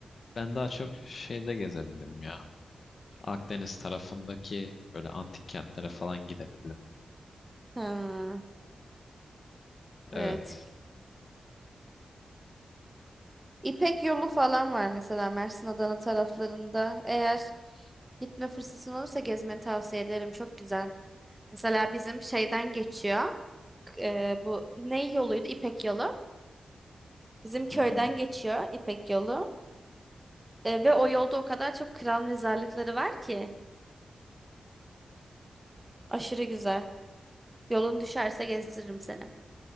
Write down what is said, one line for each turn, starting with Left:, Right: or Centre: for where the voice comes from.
Left: ben daha çok şeyde gezebildim ya. Akdeniz tarafındaki böyle antik kentlere falan gidebildim.
Right: Ha,
Left: Evet.
Right: evet. İpek yolu falan var mesela Mersin Adana taraflarında. Eğer gitme fırsatın olursa gezmeni tavsiye ederim. Çok güzel. Mesela bizim şeyden geçiyor. Eee, bu ne yoluydu? İpek yolu. Bizim köyden
Left: Hı hı.
Right: geçiyor İpek yolu. E, ve o yolda o kadar çok kral mezarlıkları var ki. Aşırı güzel. Yolun düşerse gezdiririm seni.